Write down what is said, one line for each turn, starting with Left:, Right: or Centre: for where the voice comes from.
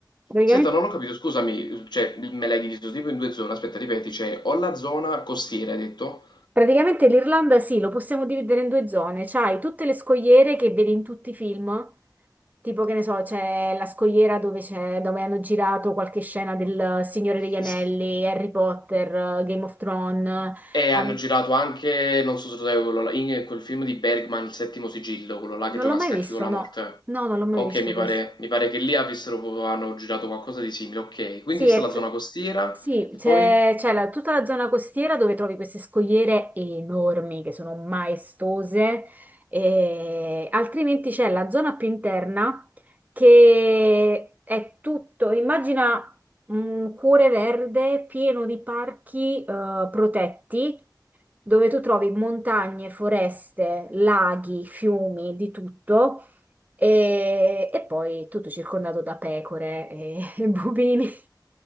Right: Praticamente,
Left: Senta, non ho capito, scusami, cioè me l'hai diviso tipo in due zone, aspetta, ripeti, cioè ho la zona costiera, hai detto?
Right: praticamente l'Irlanda, sì, lo possiamo dividere in due zone. C'hai tutte le scogliere che vedi in tutti i film Tipo che ne so, c'è la scogliera dove, c'è- dove hanno girato qualche scena del Signore degli Anelli,
Left: S-
Right: Harry Potter, eh, Game of Thrones.
Left: E hanno
Right: eh, um,
Left: girato anche, non so se lo sai, quello là- in quel film di Bergman, Il settimo sigillo, quello là
Right: non
Left: che gioca
Right: l'ho mai
Left: a scacchi
Right: visto,
Left: con la
Right: no.
Left: morte.
Right: No, non l'ho mai
Left: Ok,
Right: visto
Left: mi
Right: questo.
Left: pare, mi pare che lì avessero, hanno girato qualcosa di simile, ok. Quindi
Right: Sì,
Left: questa
Right: è
Left: è la
Right: t-
Left: zona costiera,
Right: sì,
Left: e
Right: c'è
Left: poi?
Right: c'è la- tutta la zona costiera dove trovi queste scogliere enormi che sono maestose, e altrimenti c'è la zona più interna che è tutto, immagina un cuore verde pieno di parchi eh, protetti dove tu trovi montagne, foreste, laghi, fiumi, di tutto. E, e poi tutto circondato da pecore e, <laughs> e bovini.